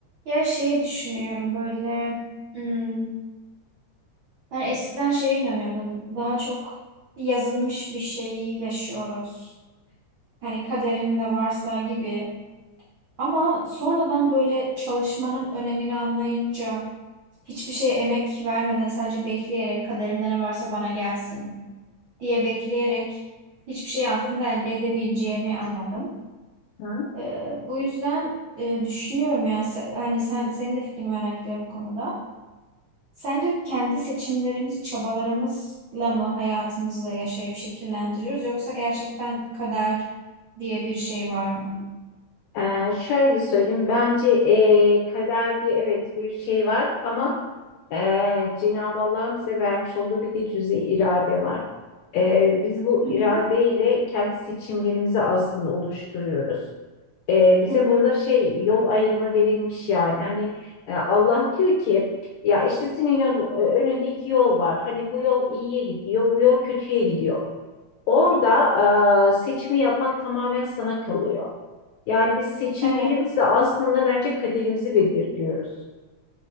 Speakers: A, on the right; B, on the left.
A: Ya şeyi düşünüyorum böyle hmm, hani eskiden şeye inanıyordum daha çok yazılmış bir şeyi yaşıyoruz. Hani kaderinde varsa gibi ama sonradan böyle çalışmanın önemini anlayınca hiçbir şeye emek vermeden sadece bekleyerek kaderimde ne varsa bana gelsin diye bekleyerek hiçbir şey aslında elde edemeyeceğimi anladım.
B: Hı?
A: Ee, bu yüzden e, düşünüyorum yani se- hani sen senin de fikrini merak ediyorum bu konuda. Sence kendi seçimlerimiz, çabalarımızla mı hayatımızı yaşayıp şekillendiriyoruz yoksa gerçekten kader diye bir şey var mı?
B: Ee, şöyle söyleyeyim, bence e, kader diye evet bir şey var ama e, Cenab-ı Allah'ın bize vermiş olduğu bir de cüzi irade var. E, biz bu
A: Hı
B: iradeyle
A: hı.
B: kendi seçimlerimizi aslında oluşturuyoruz. E, bize
A: Hı hı.
B: burada şey yol ayrımı verilmiş yani. Hani e, Allah diyor ki ya işte senin yol, önünde iki yol var. Hani bu yol iyiye gidiyor, bu yol kötüye gidiyor. Orada e, seçimi yapmak tamamen sana kalıyor. Yani biz seçimlerimizle
A: Evet.
B: aslında bence kaderimizi belirliyoruz.